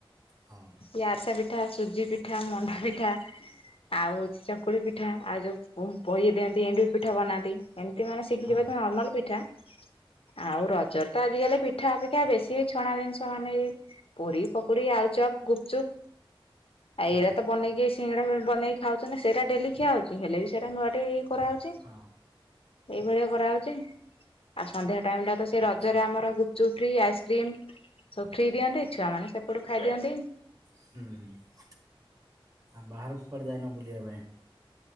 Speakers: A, on the right (about 35°); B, on the left (about 80°).
A: ହଁ
B: କିଏ ଆରିସା ପିଠା, ସୁଜି ପିଠା, ମଣ୍ଡା ପିଠା। ଆଉ ହୋଉଛି ଚକୁଳି ପିଠା ଆଉ ଯେଉଁ ପୋମ୍ ପହି ଦିଅନ୍ତି ଏଣ୍ଡୁରି ପିଠା ବନାନ୍ତି। ଏମିତି ମାନେ ଶିଖିଯିବା
A: ହଁ
B: ତ ନର୍ମାଲ ପିଠା। ଆଉ ରଜରେ ତ ଆଜିକାଲି ପିଠା ଅପେକ୍ଷା ବେଶୀ ଏଇ ଛଣା ଜିନିଷ ମାନେ ବି ପୁରୀ, ପକୋଡ଼ି, ଆଳୁଚପ, ଗୁପଚୁପ। ଆ
A: ହଁ
B: ଏଇରା ତ ବନେଇକି ଏଇ ସିଙ୍ଗଡ଼ା ବନେଇକି ଖାଉଛନ୍ତି ସେଇରା ଡେଲି ଖିଆ ହଉଛି ହେଲେ ବି ସେଇରା ନୂଆ ଟିକେ ଇଏ କରାହଉଛି।
A: ହଁ
B: ଏଇଭଳିଆ କରା ହଉଛି। ଆଉ ସନ୍ଧ୍ୟା ଟାଇମ ଟା ତ ସେ
A: ଆଚ୍ଛା
B: ରଜରେ ଆମର ଗୁପଚୁପ୍ ଫ୍ରୀ ଆଇସ୍କ୍ରିମ୍ ସବୁ ଫ୍ରି ଦିଅନ୍ତି ଛୁଆ ମାନେ ସେପଟୁ ଖାଇ ଦିଅନ୍ତି।
A: ହୁଁ। ଆଉ ବାହାରକୁ କୁଆଡ଼େ ଯାଇନ ବୁଲିବା ପାଇଁ?